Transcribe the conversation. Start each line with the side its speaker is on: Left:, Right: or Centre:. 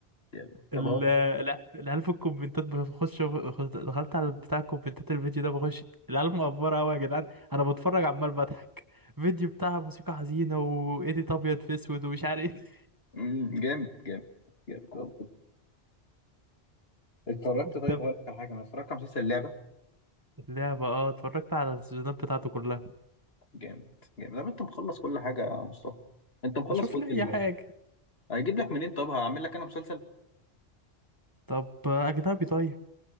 Left: جامد.
Right: ال-
Left: طب هو
Right: الع- العيال في الكومنتات بخش بخش- دخلت على بتاع الكومنتات الفيديو ده بخش العيال مقفرة قوي يا جدعان انا بتفرج عمال بضحك فيديو بتاع موسيقى حزينة وايديت ابيض في اسود ومش عارف ايه
Left: مم، جامد جامد جامد طب، اتفرجت
Right: <laughs>
Left: طيب
Right: طب
Left: هقول لك على حاجه انا اتفرجت على مسلسل اللعبه
Right: اللعبة اه اتفرجت على السيزونات بتاعته كلها
Left: جامد جامد طب انت مخلص كل حاجه يا مصطفى انت مخلص
Right: اشوف
Left: كل
Right: لي اي
Left: ال...
Right: حاجة
Left: هيجيب لك منين طب هعمل لك انا مسلسل
Right: طب اجنبي طيب